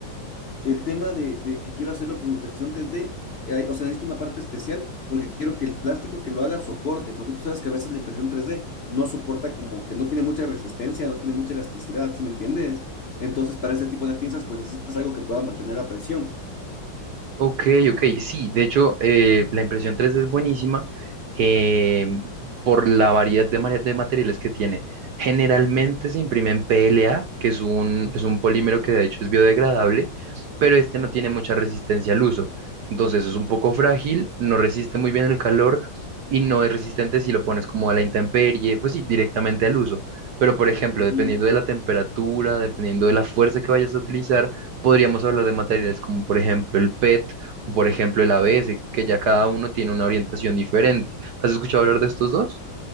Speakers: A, on the left; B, on the right.
A: el tema de, de que quiero hacerlo con impresión tres d eh, o sea, necesito una parte especial porque quiero que el plástico que lo haga soporte, porque tú sabes que a veces la impresión tres d no soporta como que no tiene mucha resistencia, no tiene mucha elasticidad, ¿sí me entiendes? Entonces, para ese tipo de pinzas, pues necesitas algo que pueda mantener la presión.
B: Ok, ok, sí, de hecho eh, la impresión 3D es buenísima eh, por la variedad de, mare- de materiales que tiene. Generalmente se imprime en PLA, que es un, es un polímero que de hecho es biodegradable, pero este no tiene mucha resistencia al uso. Entonces es un poco frágil, no resiste muy bien el calor y no es resistente si lo pones como a la intemperie, pues sí, directamente al uso. Pero por
A: Mm.
B: ejemplo, dependiendo de la temperatura, dependiendo de la fuerza que vayas a utilizar, podríamos hablar de materiales como por ejemplo el PET o por ejemplo el ABS, que ya cada uno tiene una orientación diferente. ¿Has escuchado hablar de estos dos?